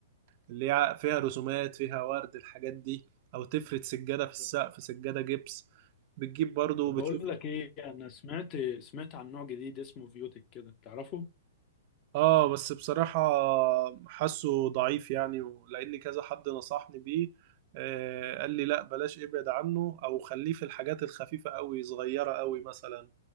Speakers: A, on the right; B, on the left.
A: اللي يع- فيها رسومات فيها ورد الحاجات دي او تفرد سجادة في السقف
B: طب
A: سجادة جبس بتجيب برضو
B: طب
A: وبتشوف
B: بقول لك ايه انا سمعت سمعت عن نوع جديد اسمه فيوتك كده تعرفه؟
A: اه بس بصراحة حاسه ضعيف يعني لان كذا حد نصحني بيه آه قال لي لا بلاش ابعد عنه او خليه في الحاجات الخفيفة قوي صغيرة قوي مثلا